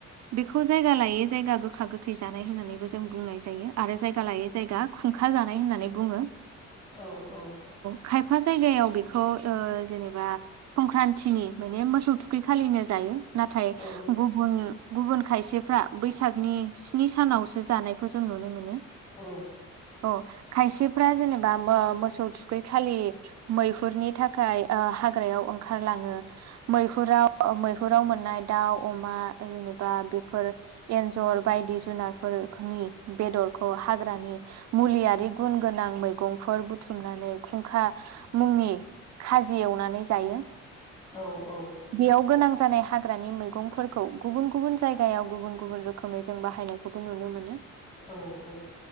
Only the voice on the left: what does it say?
औ औ।
औ
औ।
औ औ
औ औ